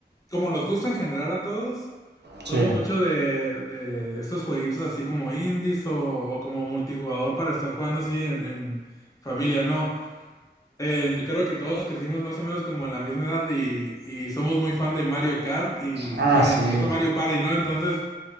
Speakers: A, on the left; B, on the right.
A: como nos gusta en general a todos, somos
B: Sí.
A: mucho de, de estos jueguitos así como indies o, o como multijugador para estar jugando así en en familia, ¿no? Eh, creo que todos crecimos más o menos como en la misma edad y, y somos muy fan de Mario Kart y
B: Ah,
A: bueno,
B: sí.
A: incluso Mario Party, ¿no? Entonces,